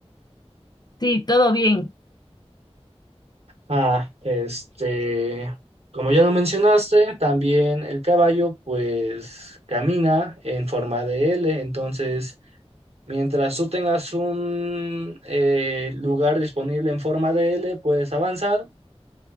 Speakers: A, on the left; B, on the right.
A: sí, todo bien.
B: Ah, este, como ya lo mencionaste, también el caballo pues camina en forma de L, entonces Mientras tú tengas un eh, lugar disponible en forma de L, puedes avanzar,